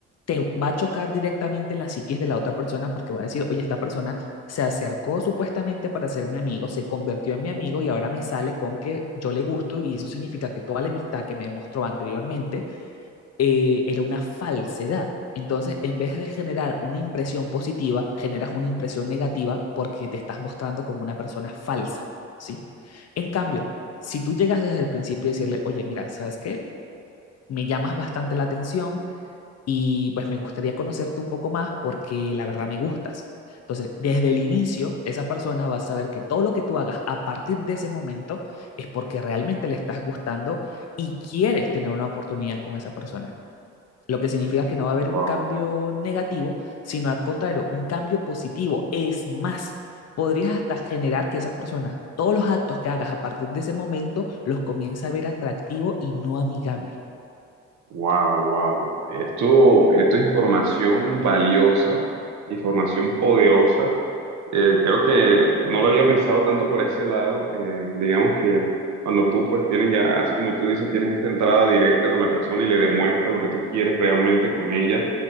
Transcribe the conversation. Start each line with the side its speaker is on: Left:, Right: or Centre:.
Left: te va a chocar directamente en la psiquis de la otra persona, porque va a decir, oye, esta persona se acercó supuestamente para ser mi amigo, se convirtió en mi amigo y ahora me sale con que yo le gusto y eso significa que toda la amistad que me mostró anteriormente eh, era una falsedad. Entonces, en vez de generar una impresión positiva, generas una impresión negativa porque te estás mostrando como una persona falsa, ¿sí? En cambio, si tú llegas desde el principio y decirle, oye, mira, ¿sabes qué? Me llamas bastante la atención y pues me gustaría conocerte un poco más porque la verdad me gustas. Entonces, desde el inicio, esa persona va a saber que todo lo que tú hagas a partir de ese momento es porque realmente le estás gustando y quieres tener una oportunidad con esa persona. Lo que significa que no va a haber
Right: Wow.
Left: un cambio negativo, sino al contrario, un cambio positivo. Es más, podrías hasta generar que esas personas, todos los actos que hagas a partir de ese momento, los comience a ver atractivo y no amigable.
Right: Wow, wow. Esto, esto es información valiosa, información poderosa. Eh, creo que no lo había pensado tanto por ese lado. Eh, digamos que cuando tú pues tienes ya, así como tú dices, tienes esta entrada directa con la persona y le demuestras lo que tú quieres realmente con ella,